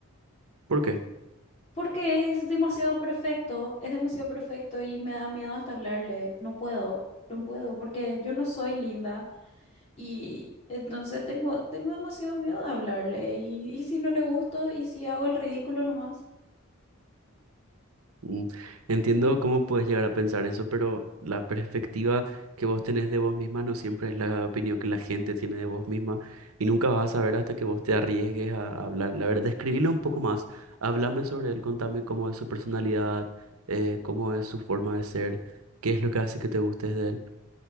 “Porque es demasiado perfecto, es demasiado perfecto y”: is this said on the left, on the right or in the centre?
Left